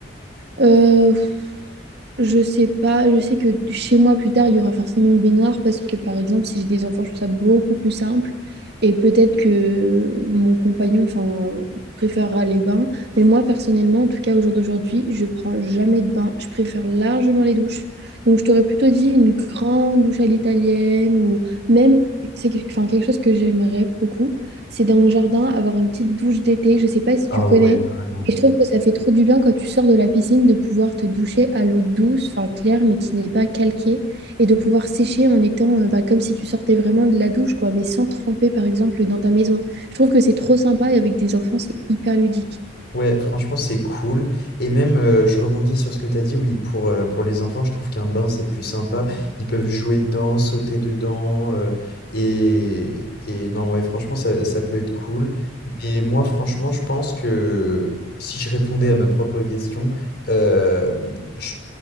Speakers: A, on the right (about 55°); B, on the left (about 55°).
A: Euh, Je sais pas, je sais que chez moi plus tard, il y aura forcément une baignoire parce que par exemple, si j'ai des enfants, je trouve ça beaucoup plus simple. Et peut-être que mon compagnon, enfin, préférera les bains. Mais moi, personnellement, en tout cas au jour d'aujourd'hui, je prends jamais de bain. Je préfère largement les douches. Donc, je t'aurais plutôt dit une grande douche à l'italienne ou même, c'est quelque enfin, quelque chose que j'aimerais beaucoup. C'est dans mon jardin avoir une petite douche d'été. Je sais pas si
B: Ah
A: tu connais.
B: ouais, vraiment.
A: Et je trouve que ça fait trop du bien quand tu sors de la piscine de pouvoir te doucher à l'eau douce, enfin claire, mais qui n'est pas calquée, et de pouvoir sécher en étant euh, bah, comme si tu sortais vraiment de la douche, quoi, mais sans tremper, par exemple, dans ta maison. Je trouve que c'est trop sympa et avec des enfants, c'est hyper ludique.
B: Ouais, franchement, c'est cool. Et même, euh, je rebondis sur ce que tu as dit, oui, pour, euh, pour les enfants, je trouve qu'un bain, c'est plus sympa. Ils peuvent jouer dedans, sauter dedans. euh, et, et non, ouais, franchement, ça, ça peut être cool. Mais moi, franchement, je pense que si je répondais à ma propre question, euh, je,